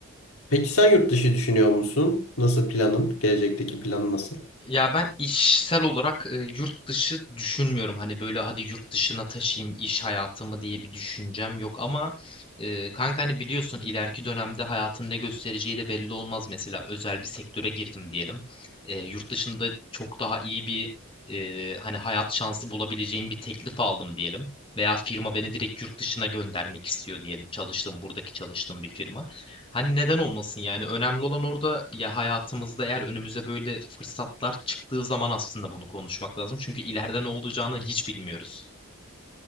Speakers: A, on the left (about 80°); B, on the left (about 25°).
A: peki sen yurt dışı düşünüyor musun? Nasıl planın? Gelecekteki planın nasıl?
B: Ya ben işsel olarak e, yurt dışı düşünmüyorum. Hani böyle hadi yurt dışına taşıyayım iş hayatımı diye bir düşüncem yok ama e, kanka hani biliyorsun ileriki dönemde hayatın ne göstereceği de belli olmaz. Mesela özel bir sektöre girdim diyelim. E, yurt dışında çok daha iyi bir e, hani hayat şansı bulabileceğim bir teklif aldım diyelim. Veya firma beni direkt yurt dışına göndermek istiyor diyelim. Çalıştığım buradaki çalıştığım bir firma. Hani neden olmasın yani önemli olan orada ya hayatımızda eğer önümüze böyle fırsatlar çıktığı zaman aslında bunu konuşmak lazım. Çünkü ileride ne olacağını hiç bilmiyoruz.